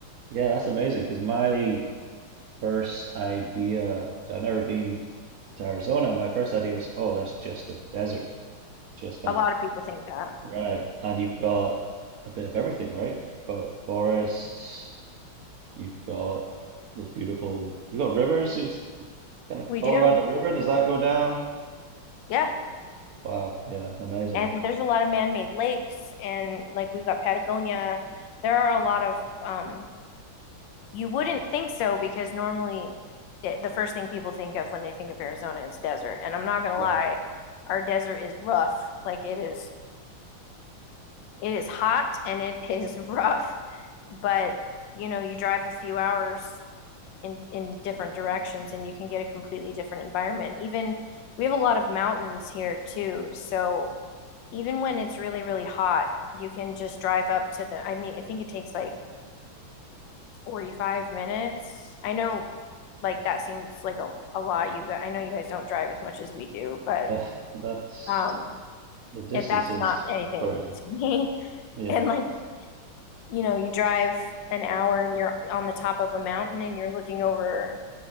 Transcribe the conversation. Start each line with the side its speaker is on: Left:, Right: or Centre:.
Right: Yeah, that's amazing because my first idea, 'cause I've never been to Arizona, my first idea was, oh, that's just a desert, just kind
Left: A
Right: of
Left: lot of people think that.
Right: right. And you've got a bit of everything, right? You've got forests, you've got those beautiful, you've got rivers, it's the kind of
Left: We
Right: Colorado
Left: do.
Right: River. Does that go down?
Left: Yeah.
Right: Wow, yeah, amazing.
Left: and there's a lot of man-made lakes and like we've got Patagonia. There are a lot of um, you wouldn't think so because normally it, the first thing people think of when they think of Arizona is desert. And I'm not gonna
Right: Right.
Left: lie, our desert is rough. Like it is it is hot and it <laughs> is rough. But you know, you drive a few hours in in different directions and you can get a completely different environment. Even we have a lot of mountains here too, so even when it's really, really hot, you can just drive up to the, I mean, I think it takes like 45 minutes. I know like that seems like a, a lot. You guys, I know you guys don't drive as much as we do, but
Right: Yeah, <laughs> that's
Left: um
Right: the distance
Left: it, that's
Right: is
Left: not anything
Right: is crazy.
Left: to me. <laughs>
Right: Yeah.
Left: And like, you know, you drive an hour and you're on the top of a mountain and you're looking over,